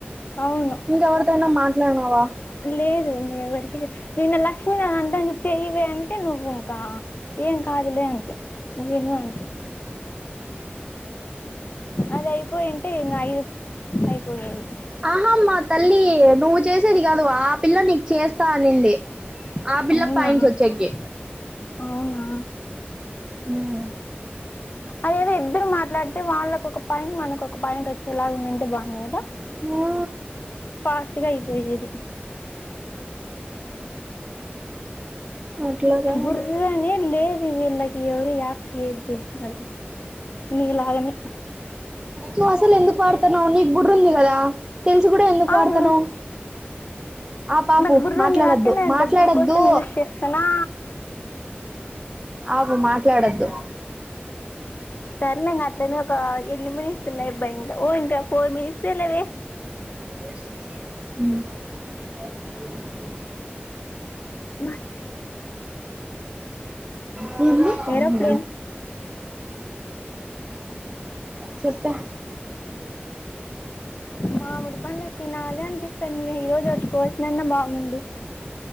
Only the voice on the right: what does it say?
ఇంకెవరితోనా మాట్లాడినావా
ఆహమ్మా తల్లి నువ్వు చేసేది కాదు ఆ పిల్ల నీకు చేస్త అనిందే ఆ పిల్లకి
పయింస్ వచ్చేకి
ఉమ్
ఆ
అట్లా కాదు
నువ్వు అసలు ఎందుకు పాడతావు నీకు బుర్ర ఉంది కదా తెలిసు కూడా ఎందుకు
వాడతనవ్ ఆ బాపు
మాట్లాడద్దు
మాట్లాడొద్దు
అగు మాట్లాడద్దు
ఉ
హు తిరిగి
చెప్పే